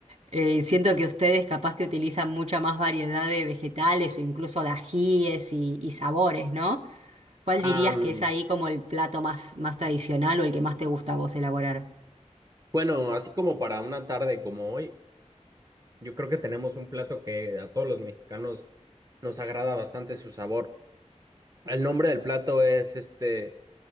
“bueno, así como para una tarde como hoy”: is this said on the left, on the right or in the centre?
Right